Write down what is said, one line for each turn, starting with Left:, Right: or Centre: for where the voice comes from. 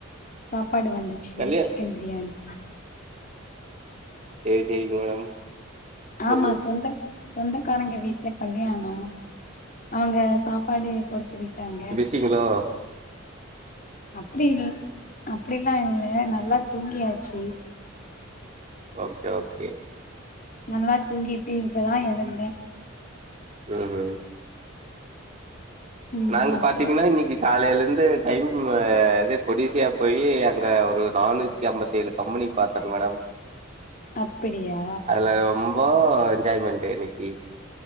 Left: சாப்பாடு வந்துச்சி
Right: கல்யா
Left: சிக்கன் பிரியாணி
Right: சேரி சேரிங்க மேடம்
Left: ஆமா
Right: ஓகே ஓகே
Left: சொந்த சொந்தக்காரங்க வீட்ல கல்யாணோ அவுங்க சாப் பாடு கொடுத்து விட்டாங்க
Right: இவ்ளோ
Left: அப்டி இல் அப்டிலா இல்ல நல்லா தூங்கியாச்சி
Right: ஓகே ஓகே
Left: நல்லா தூங்கிட்டு இப்ப தா எழுந்தே
Right: ம் ம்
Left: ம்
Right: நாங்க
Left: அப்றோ
Right: பாத்தீங்கன்னா இன்னிக்கி காலயிலேருந்து டைம் இது கொடிசியா போய் அங்கே ஒரு நானூத்தி அம்பத்தெழு கம்பெனி பாத்த மேடம்
Left: அப்படியா
Right: அதுல ம் போ எஜ்ஜாயின் பண்டு இன்னிக்கி